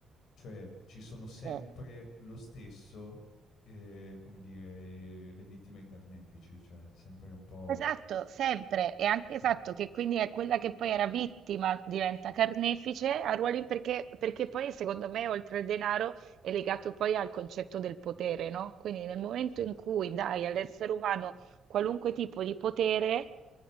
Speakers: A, on the left (about 75°); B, on the right (about 70°).
A: Cioè ci sono sempre
B: Sì.
A: lo stesso, eh, come dire, eh, le vittime e i carnefici, cioè sempre un po'...
B: Esatto, sempre. E anche
A: Sì.
B: esatto, che quindi è quella che poi era vittima, diventa carnefice a ruoli perché, perché poi secondo me oltre al denaro è legato poi al concetto del potere, no? Quindi nel momento
A: Certo,
B: in cui dai all'essere umano qualunque tipo di potere,